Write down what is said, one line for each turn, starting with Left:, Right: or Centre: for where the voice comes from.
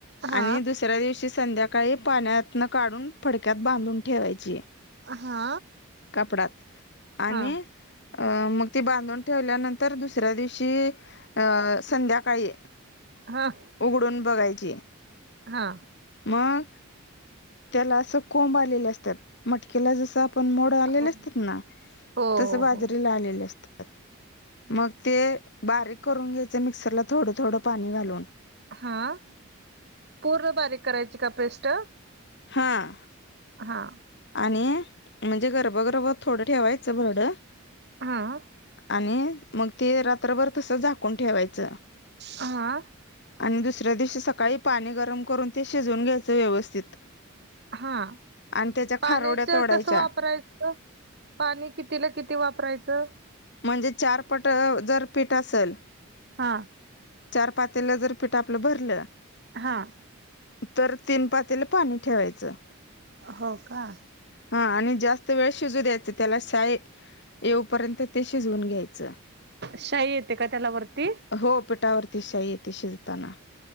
Right: हा
Left: आणि दुसऱ्या दिवशी संध्याकाळी, पाण्यातन काढून फडक्यात बांधून ठेवायची.
Right: हा.
Left: कापडात आणि,
Right: हा
Left: अं मग ती बांधून ठेवल्यानंतर दुसऱ्या दिवशी. संध्याकाळी.
Right: हां.
Left: उघडून बघायची.
Right: हा.
Left: मग त्याला अस कोंब आलेल असत्यात, मटकीला जस आपण मोड. खाल्लेल
Right: हो
Left: असतात ना
Right: हो हो
Left: तस बाजरीला
Right: हो
Left: आलेले असतात. मग ते बारीक करून घ्यायचे, मिक्सरला थोडं थोडं पाणी घालून.
Right: हां.. पूर्ण बारीक करायची का पेस्ट.
Left: हां.
Right: हा.
Left: आणि म्हणजे गर्भ गर्भ थोडं ठेवायचं भरड
Right: हा.
Left: आणि मग ते रात्रभर तसंच झाकून ठेवायचं.
Right: हा.
Left: आणि दुसऱ्या दिवशी सकाळी पाणी गरम करून ते शिजवून घ्यायचं व्यवस्थित.
Right: हा
Left: आणि त्याच्या
Right: पाण्याचं
Left: खारोड्या तोडायच्या
Right: कसं वापरायचं हो. पाणी कितीला, किती वापरायचं.
Left: म्हणजे चार पट जर पीठ असेल
Right: हा.
Left: चार पातेल जर पीठ आपलं भरलं
Right: हा.
Left: तर तीन पातील पाणी ठेवायचं.
Right: हो का.
Left: हा आणि जास्त वेळ शिजू द्यायचं त्याला शाय येऊपर्यंत. ते शिजवून घ्यायचं
Right: शाई येते का त्याला वरती
Left: हो. पिटावरती शाही येते शिजताना.